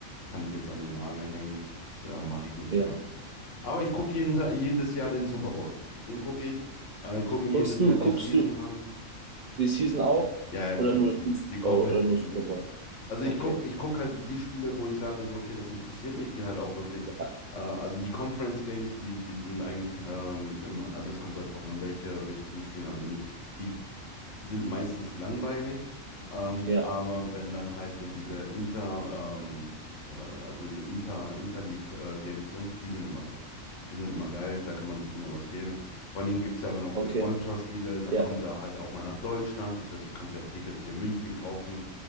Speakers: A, on the left; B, on the right.
A: kann ich jetzt an den Nagel hängen, das äh, mache ich nicht
B: Ja.
A: mehr. Aber ich gucke jeden Tag, jedes Jahr den Super Bowl. Den gucke ich. Äh, gucke mir
B: Guckst
A: jedes
B: du,
A: Jahr die
B: guckst
A: Season
B: du
A: an.
B: die Season auch?
A: Ja, ja, klar,
B: Oder nur,
A: ich gucke
B: Fuß-
A: die komplette
B: oh, oder nur
A: Season.
B: Super Bowl?
A: Also
B: Okay.
A: ich gucke ich guck halt die Spiele, wo ich sage, so, okay, das interessiert mich, die halt auch wirklich,
B: Ja,
A: äh, also die Conference Games, die, die sind eigentlich ähm, immer, also es kommt halt drauf an, welche, welche Teams spielen, aber die, die sind meistens langweilig. Ähm,
B: ja,
A: aber wenn dann halt so diese Inter, ähm, äh, also die Inter, Interleague äh, Games sind, die sind immer top. Die sind immer geil, da kann man sich immer was geben. Vor allen Dingen gibt es ja dann auch
B: okay.
A: viele Freundschaftsspiele, dann
B: Ja,
A: kommen sie halt auch mal nach Deutschland, das heißt, du kannst ja auch Tickets hier in München kaufen.